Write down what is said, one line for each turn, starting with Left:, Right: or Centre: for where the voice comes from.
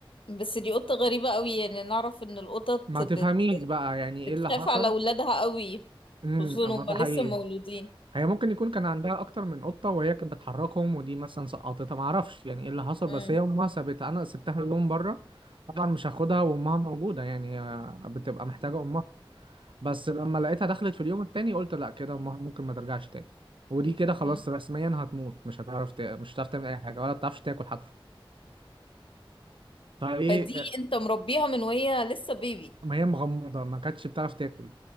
Left: بس دي قطة غريبة قوي يعني نعرف ان القطط
Right: ما
Left: بت...
Right: تفهميش بقى يعني ايه
Left: بتخاف
Right: اللي حصل
Left: على اولادها قوي
Right: امم
Left: خصوصا
Right: اما
Left: هما
Right: ده
Left: لسه
Right: حقيقي
Left: مولودين
Right: هي ممكن يكون كان عندها اكتر من قطه وهي كانت بتحركهم ودي مثلا سقطتها ما اعرفش يعني ايه اللي حصل
Left: مم.
Right: بس هي امها سابتها انا سبتها اليوم بره طبعا مش هاخدها وامها موجوده يعني هي بتبقى محتاجه امها بس لما لقيتها دخلت في اليوم التاني قلت لا كده م- ممكن ما ترجعش تاني ودي كده خلاص
Left: مم.
Right: رسميا هتموت مش هتعرف ت... مش هتعرف تعمل اي حاجه ولا بتعرفش تاكل حتى فايه
Left: فدي
Right: آه،
Left: انت مربيها من وهي لسه بيبي
Right: ما هي مغمضه ما كانتش بتعرف تاكل